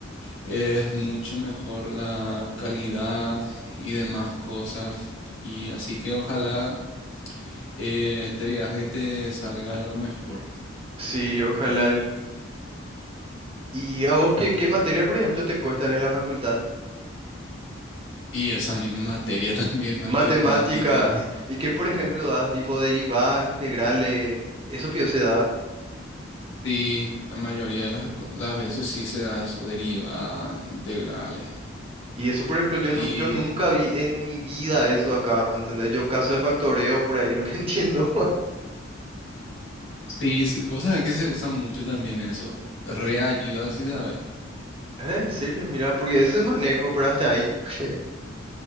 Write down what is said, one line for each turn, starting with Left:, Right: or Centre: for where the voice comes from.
Left: Es mucho mejor la calidad y demás cosas. Y así que ojalá eh, este viaje te salga de lo mejor.
Right: Sí, ojalá
Left: Y,
Right: ¿Y a vos qué, qué materias, por ejemplo, te cuestan en la facultad?
Left: y esa misma materia <laughs> también, matemática.
Right: Matemática, y, y qué, por ejemplo, das tipo derivadas, integrales, eso pio se da.
Left: Sí, la mayoría de las, co- las veces sí se da eso, derivadas, integrales.
Right: Y eso, por ejemplo, yo,
Left: Y
Right: nu- yo nunca vi en mi vida eso acá, ¿entendés? Yo caso de factoreo, por ahí lo que <laughs> entiendo.
Left: sí, s- o sea que se usa mucho también eso. Reayuda, sí sabes.
Right: Ah, en serio, mira, porque ese manejo, pero hasta ahí. <laughs>